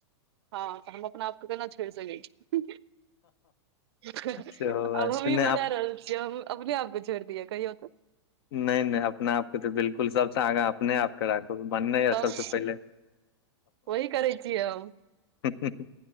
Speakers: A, on the right (about 60°); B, on the left (about 55°).
A: हँ तऽ हम अपना आपके केना छोइड़ सकै छी। हें हें
B: सेहो
A: अब
B: बात
A: हमी
B: छै नहि
A: बने
B: आप
A: रहल छियै हम अपने आपके छोइड़ दियए कहियो तऽ।
B: नहि नहि अपना आपके तऽ बिलकुल सबसँ आगा अपने आपके राखब बननाय आ
A: तब
B: सबसँ पहिले।
A: वही करै छियै हम।
B: हूं हूं